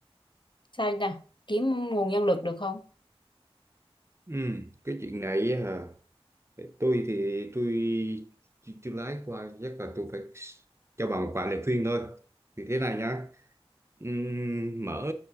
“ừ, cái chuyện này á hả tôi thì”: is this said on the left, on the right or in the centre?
Right